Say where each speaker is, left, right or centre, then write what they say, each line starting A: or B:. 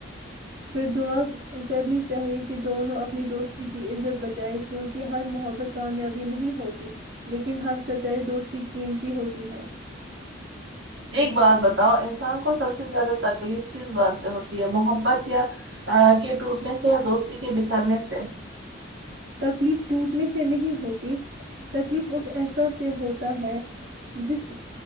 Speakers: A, on the right; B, on the right.
A: پھر دعا کرنی چاہیے کہ دونوں اپنی دوستی کی عزت بچائے کیونکہ ہر محبت کامیابی نہیں ہوتی لیکن ہر سچائی دوستی قیمتی ہوتی ہے
B: <inaudible> ایک بات بتاؤ انسان کو سب سے زیادہ تکلیف کس بات سے ہوتی ہے محبت یا کے ٹوٹنے سے یا دوستی کے بکھرنے سے
A: تکلیف ٹوٹنے سے نہیں ہوتی تکلیف اس احساس سے ہوتا ہے جس